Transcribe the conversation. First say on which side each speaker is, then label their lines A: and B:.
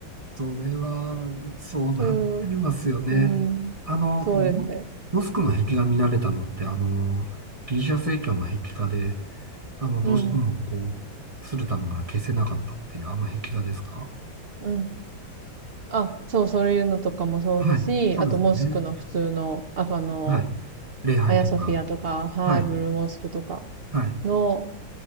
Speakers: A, on the right; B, on the right.
A: それは、そうなってますよね。
B: <laughs> うん、うん、
A: あの、
B: そうですね。
A: モモスクの壁画見られたのって、あの、ギリシャ正教の壁画で、あの、
B: うん、
A: どうしてもこう、スルタンが消せなかったっていう、あの壁画ですか
B: うん。あ、そう、そういうのとかもそうだし、
A: はい。そうですよね。
B: あとモスクの普通の、アファの、
A: はい。礼拝とか。
B: アヤソフィアとか、はい、
A: はい。
B: ブルーモスクとか
A: はい。
B: の